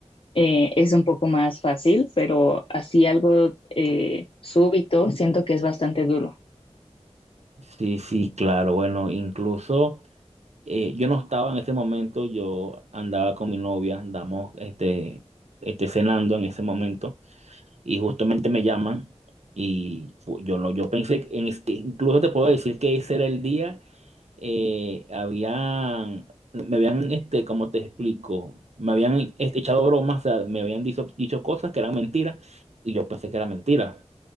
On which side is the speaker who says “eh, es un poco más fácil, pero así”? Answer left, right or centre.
Left